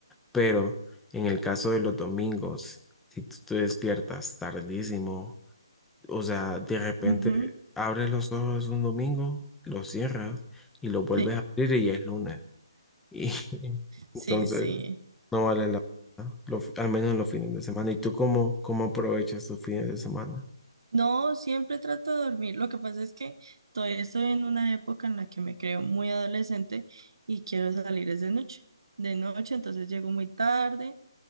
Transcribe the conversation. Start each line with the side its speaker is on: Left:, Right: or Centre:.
Centre: Pero en el caso de los domingos, si tú te despiertas tardísimo, o sea, de repente
Right: Ujú,
Centre: abres los ojos un domingo, los cierras y los vuelves
Right: Sí,
Centre: a abrir y ya es lunes. <laughs> Y
Right: sí,
Centre: entonces
Right: sí.
Centre: no vale la pena, lo- al menos en los fines de semana. ¿Y tú cómo, cómo aprovechas tus fines de semana?
Right: No, siempre trato de dormir. Lo que pasa es que todavía estoy en una época en la que me creo muy adolescente y quiero salir es de noche. De noche, entonces llego muy tarde.